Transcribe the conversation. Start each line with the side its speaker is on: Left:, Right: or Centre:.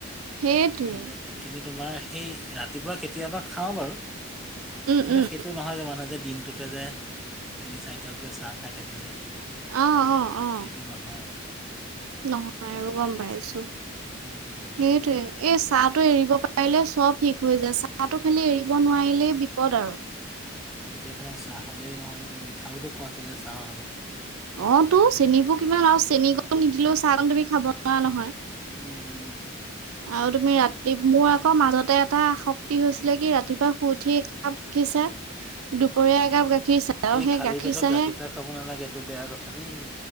Right: সেইটোৱে।
Centre: কিন্তু কিন্তু তোমাৰ সেই ৰাতিপুৱা কেতিয়াবা খাও বাৰু
Right: উম
Centre: কিন্তু
Right: উম
Centre: সেইটো নহয় যে মানুহে যে। দিনটোতে যে তিনি চাৰি কাপকে চাহ খাই থাকে যে।
Right: অ অ অ
Centre: সেইটো নহয় আৰু।
Right: নহয় আৰু গম পাইছো
Centre: উম উম
Right: সেইটোয়ে এ। চাহটো এৰিব পাৰিলে চব শিকো হৈ যায় চাহটো খালী এৰিব নোৱাৰিলেই বিপদ আৰু।
Centre: তেতিয়া ধৰা চাহলেই নহ'লে মিঠাওতো খোৱা থাগে চাহৰ লগত।
Right: অ তো চেনিবোৰ কিমান আৰু চেনীকণ নিদিলেও চাহকণ তুমি খাব নোৱাৰা নহয়।
Centre: উম উম।
Right: আৰু তুমি ৰাতি মোৰ আকৌ মাজতে এটা আ শক্তি হৈছিলে কি ৰাতিপুৱা শুই উঠি কাপি। দুপৰীয়া একাপ গাখীৰ চাহ
Centre: এই
Right: সেই
Centre: খালী
Right: গাখীৰ
Centre: পেটত
Right: চাহে।
Centre: চাহ খাব নালাগে এইটো বেয়া কথা দেই